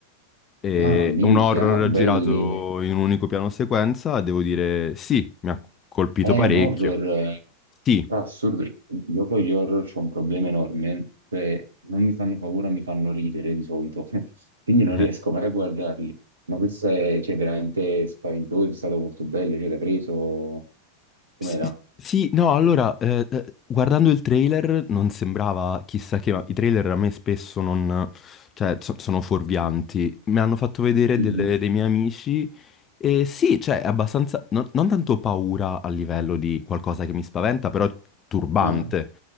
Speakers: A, on the left; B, on the right.
A: E
B: ah, minchia,
A: È un horror
B: belli,
A: girato in un unico piano sequenza, devo dire, sì, mi ha colpito
B: eh,
A: parecchio.
B: un horror,
A: Sì.
B: ah, assurdo, io con gli horror c'ho un problema enorme, cioè, non mi fanno paura, mi fanno ridere di solito, <laughs> quindi non
A: <laughs>
B: riesco mai a guardarli, ma questo è, cioè, veramente spaventoso, è stato molto bello, cioè, l'ha preso, com'era?
A: Sì, sì, no, allora, eh, eh, guardando il trailer non sembrava chissà che, ma i trailer a me spesso non, cioè, so- sono fuorvianti. Mi hanno fatto vedere
B: Mhm.
A: delle- dei miei amici eh, sì, cioè, è abbastanza, non, non tanto paura a livello di qualcosa che mi spaventa, però turbante.
B: Ah,